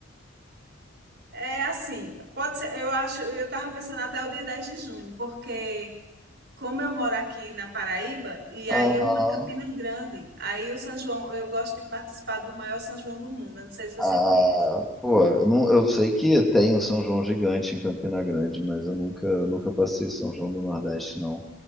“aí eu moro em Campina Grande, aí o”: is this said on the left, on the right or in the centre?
Right